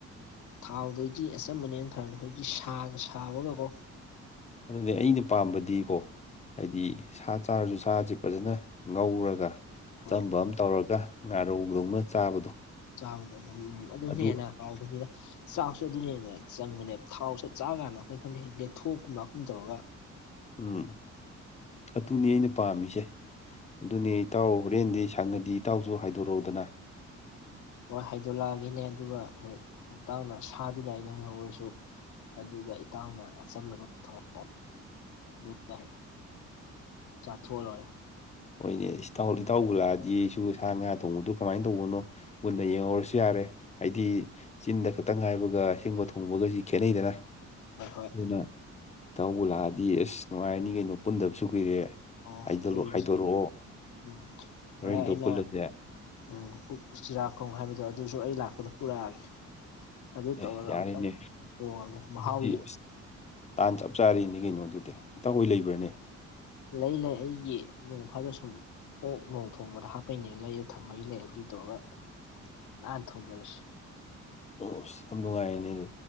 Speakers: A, on the left (about 75°); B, on the left (about 25°).
A: ꯊꯥꯎꯗꯩꯗꯤ ꯑꯆꯝꯕꯅ ꯍꯦꯟꯅ ꯐꯔꯕꯅꯤ ꯍꯧꯖꯤꯛꯗꯤ ꯁꯥꯒ ꯁꯥꯕꯒꯀꯣ
B: ꯑꯗꯨꯅꯦ ꯑꯩꯅ ꯄꯥꯝꯕꯗꯤꯀꯣ ꯍꯥꯏꯗꯤ ꯁꯥ ꯆꯥꯔꯖꯨ ꯁꯥꯖꯤ ꯐꯖꯅ ꯉꯧꯔꯒ ꯑꯆꯝꯕ
A: ꯍꯣꯏ
B: ꯑꯃ ꯇꯧꯔꯒ ꯉꯥꯔꯧ ꯂꯧꯅ ꯆꯥꯕꯗꯣ
A: ꯆꯥꯕꯗ ꯑꯗꯨꯝ ꯑꯗꯨꯅ
B: ꯑꯗꯨ
A: ꯍꯦꯟꯅ ꯍꯥꯎꯕꯅꯤꯗ ꯆꯥꯛꯁꯨ ꯑꯗꯨꯅ ꯍꯦꯟꯅ ꯆꯪꯕꯅꯦ ꯊꯥꯎꯁꯦ ꯆꯥ ꯀꯥꯟꯗ ꯑꯩꯈꯣꯏ ꯈꯪꯗ‌ꯦ ꯂꯦꯛꯊꯣꯛꯀꯨꯝ ꯂꯥꯛꯀꯨꯝ ꯇꯧꯔꯒ
B: ꯎꯝ ꯑꯇꯨꯅꯤ ꯑꯩꯅ ꯄꯥꯝꯃꯤꯁꯦ ꯑꯗꯨꯅꯦ ꯏꯇꯥꯎ ꯍꯣꯔꯦꯟꯗꯤ ꯁꯪꯉꯗꯤ ꯏꯇꯥꯎꯖꯨ ꯍꯥꯏꯗꯣꯔꯛꯎꯗꯅ
A: ꯍꯣꯏ ꯍꯥꯏꯗꯣꯛꯂꯛꯑꯒ‌ꯦꯅꯦ ꯑꯗꯨꯒ ꯍꯦꯛ ꯏꯇꯥꯎꯅ ꯁꯥꯗꯨꯅ ꯑꯩꯅ ꯉꯧꯔꯁꯨ ꯑꯗꯨꯒ ꯏꯇꯥꯎꯅ ꯑꯆꯝꯕꯗꯨ ꯊꯛꯑꯣ ꯑꯗꯨꯒ ꯆꯥꯊꯣꯛꯑ ꯂꯣꯏꯔꯦ
B: ꯍ‌ꯣꯏꯅꯦ ꯏꯁꯇꯥꯎ ꯏꯇꯥꯎꯕꯨ ꯂꯥꯛꯑꯗꯤ ꯑꯩꯁꯨ ꯁꯥ ꯉꯥ ꯊꯣꯡꯕꯗꯣ ꯀꯃꯥꯏ ꯇꯧꯕꯅꯣ ꯃꯨꯟꯅ ꯌꯦꯡꯍꯧꯔꯁꯨ ꯌꯥꯔꯦ ꯍꯥꯏꯗꯤ ꯆꯤꯟꯗ ꯈꯇꯡ ꯍꯥꯏꯕꯒ ꯍꯤꯡꯕ ꯊꯣꯡꯕꯒꯁꯤ ꯈꯦꯠꯅꯩꯗꯅ
A: ꯍꯣꯏ ꯍꯣꯏ
B: ꯑꯗꯨꯅ ꯏꯇꯥꯎꯕꯨ ꯂꯥꯛꯑꯗꯤ ꯑꯁ ꯅꯨꯡꯉꯥꯏꯔꯅꯤ ꯀꯩꯅꯣ ꯄꯨꯟꯗꯕꯁꯨ ꯀꯨꯏꯔꯦ
A: ꯑꯣ
B: ꯍꯥꯏꯗꯣꯔꯛꯑꯣ
A: ꯄꯨꯟꯂꯁꯤ ꯎꯝ
B: ꯍꯣꯔꯦꯟꯗꯣ
A: ꯍꯣꯔꯦ ꯑꯩꯅ
B: ꯄꯨꯜꯂꯁꯦ
A: ꯎꯝ ꯑꯨꯛ ꯆꯤꯔꯥꯈꯣꯡ ꯍꯥꯏꯕꯗꯣ ꯑꯗꯨꯁꯨ ꯑꯩ ꯂꯥꯛꯄꯗ ꯄꯨꯔꯛꯑꯒꯦ ꯑꯗꯨ
B: ꯑꯦ
A: ꯇꯧꯔꯒ
B: ꯌꯥꯔꯦꯅꯦ
A: ꯑꯝꯇꯪ ꯊꯣꯡꯉꯒꯦ ꯃꯍꯥꯎ
B: ꯑꯗꯨꯗꯤ
A: ꯌꯦꯡ
B: ꯑꯁ ꯇꯥꯟ ꯆꯞ ꯆꯥꯔꯤꯅꯤ ꯀꯩꯅꯣ ꯑꯗꯨꯗꯤ ꯏꯇꯥꯎꯍꯣꯏ ꯂꯩꯕ꯭ꯔꯅꯦ
A: ꯂꯩ ꯂꯩ ꯑꯩꯒꯤ ꯅ‌ꯣꯡ ꯐꯥꯗ ꯁꯨꯝ ꯑꯣꯛ ꯅꯣꯡ ꯊꯣꯡꯕꯗ ꯍꯥꯞꯄꯩꯅꯦꯅ ꯂꯩꯔ ꯊꯝꯕꯩ ꯂꯩ ꯑꯗꯨ ꯇꯧꯔꯒ ꯅꯥꯟꯅ ꯊꯣꯡꯗꯔꯁꯤ
B: ꯑꯣꯁ ꯌꯥꯝ ꯅꯨꯡꯉꯥꯏꯔꯦꯅꯦ